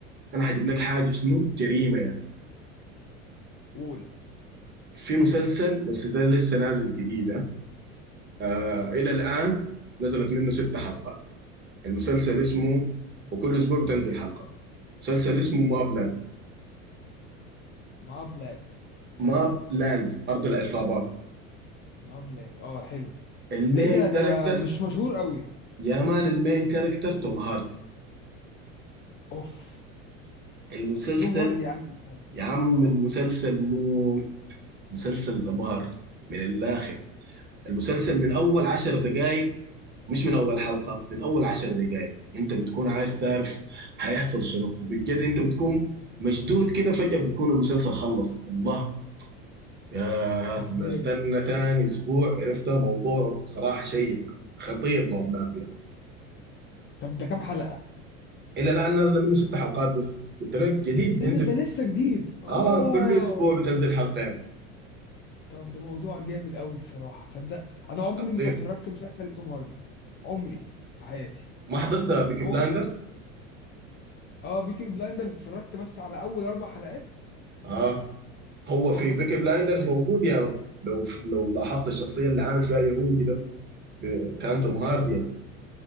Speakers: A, on the right; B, on the left.
A: انا هجيب لك حاجه شنو جريمه يعني
B: قول
A: في مسلسل بس ده لسه نازل جديد ها. آه
B: تمام
A: الى الان نزلت منه ست حلقات المسلسل اسمه وكل اسبوع بتنزل حلقه مسلسل اسمه ماب
B: ما بلاد حلو
A: ماب
B: قوي
A: لاند أرض العصابات
B: ما بلاند اه حلو
A: المين
B: ده ايه ده
A: كاركتر
B: ده مش مشهور قوي
A: يا مان المين كاركتر توم هاردي
B: اوف
A: المسلسل
B: توم هاردي عامل مسلسل
A: يا عم
B: اه
A: المسلسل موت مسلسل دمار من الآخر المسلسل من أول عشر دقايق مش من أول حلقة من أول عشر دقايق أنت بتكون عايز تعرف هيحصل شنو وبجد أنت بتكون مشدود كده فجأة بتكون المسلسل خلص الله يا
B: ازاي
A: أنا استنى تاني أسبوع عرفت موضوع صراحة شيق خطير ماب لاند يعني
B: طب ده كام حلقه
A: الى الان نازله منه ست حلقات بس قلت لك جديد بينزل
B: ايه ده ده لسه جديد اه
A: اه كل اسبوع بتنزل حلقه يعني
B: طب ده موضوع جامد قوي الصراحه تصدق انا
A: خطير
B: عمري ما اتفرجت مسلسل توم هاردي عمري في حياتي
A: ما حضرت بيكي
B: هو
A: بلايندرز
B: اصلا اه بيكي بلايندرز اتفرجت بس على اول اربع حلقات
A: اه هو
B: واتقت
A: في بيكي
B: منه
A: بلايندرز
B: حقيقة.
A: موجود يعني لو لو لاحظت الشخصيه اللي عامل فيها يهودي ده ب- كان توم هاردي يعني